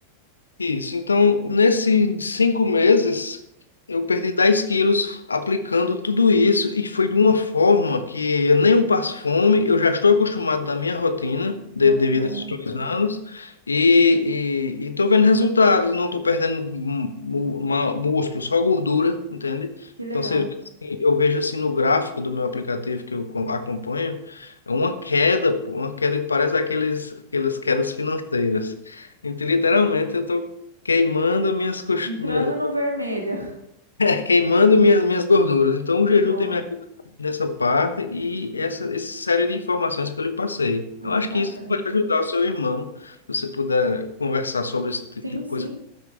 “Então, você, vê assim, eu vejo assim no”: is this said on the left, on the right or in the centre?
Left